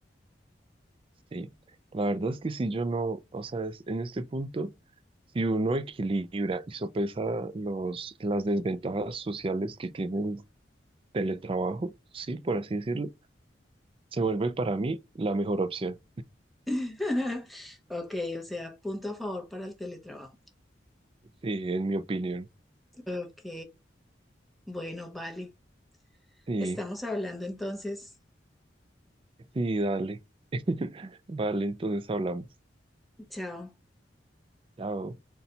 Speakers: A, on the right (about 30°); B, in the centre.
A: Sí, la verdad es que si yo no, o sea, es- en este punto, si uno equilibra y sopesa los, las desventajas sociales que tiene el teletrabajo, sí, por así decirlo, se vuelve para mí la mejor opción,
B: <laughs> Ok, o sea, punto a favor para el teletrabajo.
A: sí, en mi opinión.
B: Ok, bueno, vale.
A: Sí,
B: Estamos hablando entonces.
A: sí, dale. <laughs> Vale, entonces hablamos.
B: Chao.
A: Chao.